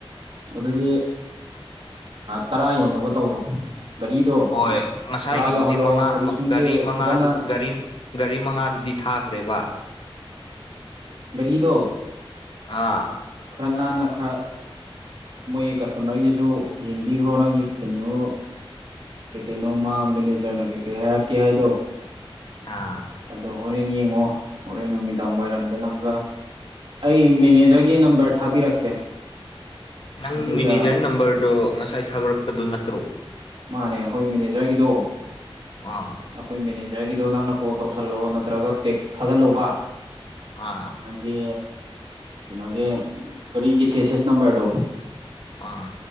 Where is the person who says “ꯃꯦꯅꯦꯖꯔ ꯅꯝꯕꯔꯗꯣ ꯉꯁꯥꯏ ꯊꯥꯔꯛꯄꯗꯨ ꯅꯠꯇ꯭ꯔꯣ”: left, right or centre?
Left